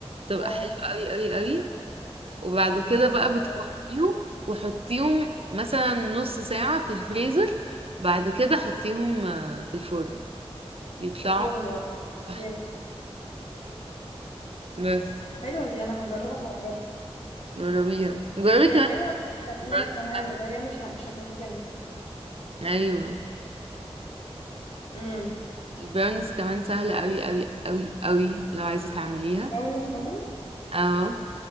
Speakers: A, on the right (about 60°); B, on the left (about 80°).
A: تبقى
B: اه
A: حلوه قوي قوي قوي
B: اه
A: وبعد كده بقى
B: اه
A: بتكوريهم وحطيهم مثلا نص ساعه في الفريزر بعد كده حطيهم آه، في الفرن بيطلعوا
B: في الفرن بقى اوكي
A: تحفة. بس
B: حلوه دي انا هجربها بجد
A: جربيها جربي
B: هي
A: كمان
B: حلوه ك- كسناك
A: البراونيز
B: كمان
A: سهله
B: اللي هي مش ه... مش هتلكمك
A: ايوه
B: امم
A: البراونيز كمان سهله قوي قوي قوي قوي لو عايزه تعمليها
B: براونيز كمان
A: اه